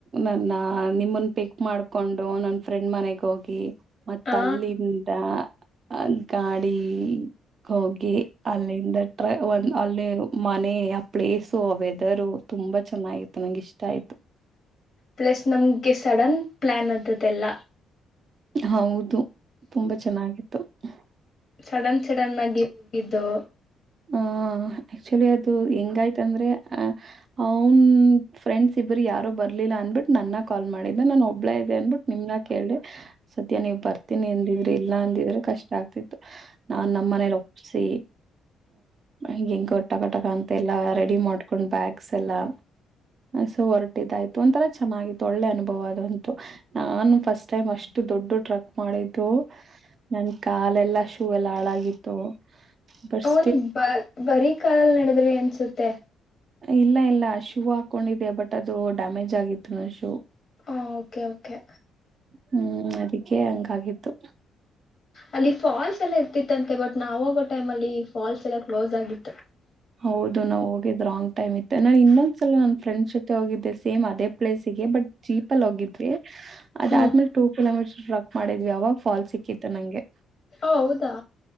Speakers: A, on the right; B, on the left.
A: ನನ್ನ ನಿಮ್ಮನ್ ಪಿಕ್ ಮಾಡ್ಕೊಂಡು ನನ್ ಫ್ರೆಂಡ್ ಮನೆಗ್ ಹೋಗಿ ಮತ್
B: ಹಾ
A: ಅಲ್ಲಿನ್ ಆ ಅಲ್ ಗಾಡಿಗ್ ಹೋಗಿ ಅಲ್ಲಿಂದ ಟ್ರ ಒನ್ ಅಲ್ಲಿ ಮನೆ ಆ ಪ್ಲೇಸು ಆ ವೆದರು ತುಂಬಾ ಚೆನ್ನಾಗಿತ್ತು ನಂಗ್ ಇಷ್ಟ ಆಯ್ತು
B: ಪ್ಲಸ್ ನಮ್ಗೆ ಸಡನ್ ಪ್ಲಾನ್ ಅದ್ರುದೆಲ್ಲ.
A: ಹೌದು ತುಂಬಾ ಚೆನ್ನಾಗಿತ್ತು ಅಹ್
B: ಸಡನ್ ಸಡನ್ ಆಗಿ ಹೋಗಿದ್ದು.
A: ಹ ಆಕ್ಚುಲಿ ಅದು ಹೆಂಗಾಯ್ತಂದ್ರೆ ಆ ಅವನ್ ಫ್ರೆಂಡ್ಸ್ ಇಬ್ಬರು ಯಾರೋ ಬರ್ಲಿಲ್ಲ ಅಂದ್ಬಿಟ್ಟು ನನ್ನ ಕಾಲ್ ಮಾಡಿದ್ದ ನಾನು ಒಬ್ಬಳೇ ಇದ್ದೆ ಅಂದ್ಬಿಟ್ಟ ನಿಮ್ನ ಕೇಳಿ ಸದ್ಯ ನೀವ್ ಬರ್ತೀನಿ ಅಂದಿದ್ರಿ ಇಲ್ಲ ಅಂದಿದ್ರೆ ಕಷ್ಟ ಆಗ್ತಿತ್ತು. ನಾನ್ ನಮ್ಮ ಮನೇಲಿ ಒಪ್ಸಿ ಹಿಂಗ ಹೆಂಗ ಕಟ ಕಟಕ ಅಂತೆಲ್ಲಾ ರೆಡಿ ಮಾಡ್ಕೊಂಡ್ ಬ್ಯಾಗ್ಸ್ ಎಲ್ಲಾ ಸು ಹೊರಟಿದಾಯ್ತು ಒಂತರ ಚೆನ್ನಾಗಿತ್ತು ಒಳ್ಳೆ ಅನುಭವ ಅದಂತು. ನಾನು ಫಸ್ಟ್ ಟೈಮ್ ಅಷ್ಟು ದೊಡ್ಡು ಟ್ರಕ್ ಮಾಡಿದ್ದು. ನನ್ ಕಾಲೆಲ್ಲಾ ಶೂ ಎಲ್ಲ ಹಾಳಾಗಿತ್ತು ಬಸ್.
B: ಅವನಿ ಬ ಬರೀ ಕಾಲಲ್ ನಡೆದ್ರ ಅನ್ಸುತ್ತೆ.
A: ಇಲ್ಲ ಇಲ್ಲ ಶೂ ಹಾಕೊಂಡಿದ್ದೆ ಬಟ್ ಅದು ಡ್ಯಾಮೇಜ್ ಆಗಿತ್ತು ಅದ ಶೂ.
B: ಹ ಓಕೆ ಓಕೆ.
A: ಹ್ಮ್ ಅದಕ್ಕೆ ಹಂಗಾಗಿತ್ತು.
B: ಅಲ್ಲಿ ಫಾಲ್ಸ್ ಎಲ್ಲಾ ಇರ್ತಿತ್ತಂತೆ ಬಟ್ ನಾವ ಹೋಗೋ ಟೈಮ್ ಅಲ್ಲಿ ಫಾಲ್ಸ್ ಎಲ್ಲ ಕ್ಲೋಸ್ ಆಗಿತ್ತು.
A: ಹೌದು ನಾವು ಹೋಗಿದ್ ರಾಂಗ್ ಟೈಮ್ ಇತ್ತು ನಾನು ಇನ್ನೊಂದ್ಸಲ ನನ್ನ ಫ್ರೆಂಡ್ಸ್ ಜೊತೆ ಹೋಗಿದ್ದೆ ಸೇಮ್ ಅದೇ ಪ್ಲೇಸಿಗೆ ಬಟ್. ಜೀಪಲ್ಲಿ ಹೋಗಿದ್ವಿ. ಅದಾದ್ಮೇಲೆ
B: ಹ್ಮ್
A: ಟೂ ಕಿಲೋಮೀಟರ್ ಟವಾಕ್ ಮಾಡಿದ್ವಿ ಆವಾಗ ಫಾಲ್ ಸಿಕ್ಕಿತ್ತು ನಂಗೆ.
B: ಓ ಹೌದಾ.